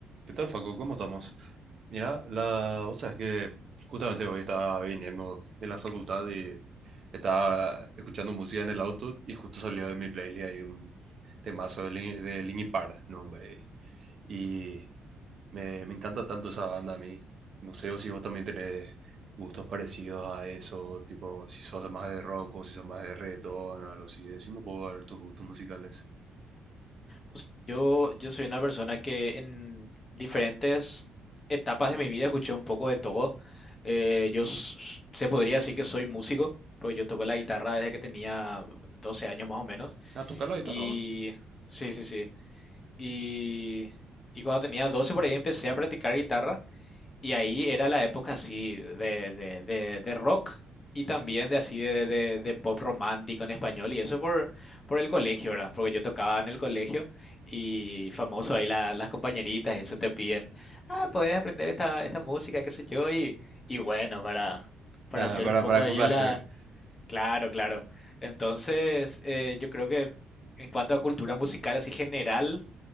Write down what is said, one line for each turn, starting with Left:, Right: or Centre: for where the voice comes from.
Right: ¿Qué tal, Facu? ¿Cómo estamos? Mira, la... vos sabés que justamente hoy estaba viniendo de la facultad y estaba escuchando música en el auto y justo salió de mi playlist ahí un temazo de, Lin... de Linkin Park, ¿no? hombre? Y me, me encanta tanto esa banda a mí. No sé si vos también tenés gustos parecidos a eso, tipo si sos más de rock o si sos más de reggaetón, algo así. Decime un poco a ver tus gustos musicales.
Left: Pues, Yo, yo soy una persona que en diferentes etapas de mi vida escuché un poco de todo. Eh, yo s- se podría decir que soy músico, porque yo toco la guitarra desde que tenía 12 años más o menos.
Right: Ah, tocar la guitarra.
Left: Y
Right: vos?
Left: sí, sí, sí. Y, y cuando tenía 12 por ahí empecé a practicar guitarra y ahí era la época así de, de, de, de rock y también de así de, de- de pop romántico en español. Y eso por, por el colegio, ¿verdad? Porque yo tocaba en el colegio y famoso ahí la- las compañeritas, eso te piden, ah, podés aprender esta, esta música, qué sé yo. Y, y bueno, para, para
Right: Ah,
Left: hacer
Right: para,
Left: un poco
Right: para
Left: ahí
Right: complacer.
Left: en la... Claro, claro. Entonces, eh, yo creo que en cuanto a cultura musical así general,